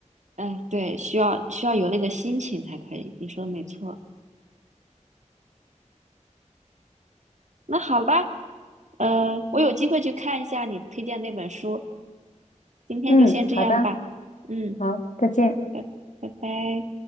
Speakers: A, on the right; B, on the left.
A: 哎，对，需要需要有那个心情才可以。你说的没错。那好吧，呃，我有机会去看一下你推荐那本书。今天就先这样吧。
B: 嗯，好的，
A: 嗯，
B: 好，再见。
A: 拜拜拜。